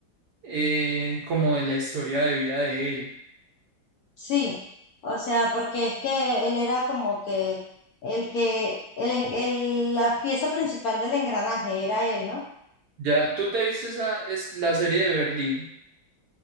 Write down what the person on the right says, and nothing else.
eh, como de la historia de vida de él.
Ya, ¿tú te viste esa, es la serie de Berlín?